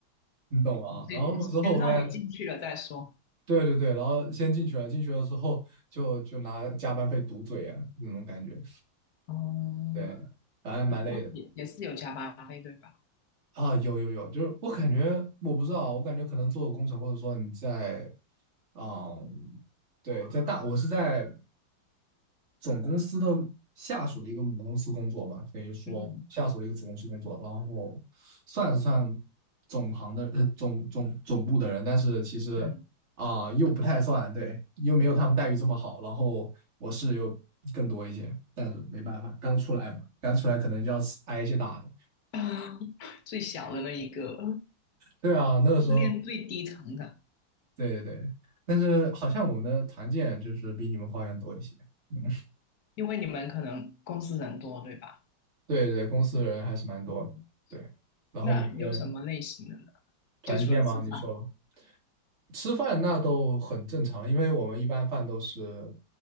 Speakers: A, on the right; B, on the left.
A: 你懂吗？
B: 先先让你进去了再说，
A: 然后录之后我发现，对对对，然后先进去了，进去了之后就就拿加班费堵嘴啊，那种感觉，
B: 哦，
A: 对，反正蛮累的
B: 不过也也是有加班费对吧？
A: 啊，有有有，就是我感觉我不知道，我感觉可能做工程或者说你在，啊，对，在大，我是在。总公司的下属的一个母公司工作吧，等于说下属的一个子公司工作，
B: 嗯
A: 然后算是算总行的呃总总总部的人，但是其实啊、
B: 嗯，
A: 又不太算，对，又没有他们待遇这么好，然后我是有更多一些，但是没办法，刚出来嘛，刚出来可能就要吃挨一些打的，
B: <laughs> 最小的那一个，
A: 对啊，那个时候，
B: 练最低层的，
A: 对对对，但是好像我们的团建就是比你们花样多一些，嗯，
B: 因为你们可能公司人多，对吧？
A: <laughs> 对对，公司人还是蛮多的，
B: 嗯，
A: 对，然后每个人。
B: 那有什么类型的呢？
A: 团建吗？
B: 就除了吃饭，
A: 你说吃饭那都很正常，因为我们一般饭都是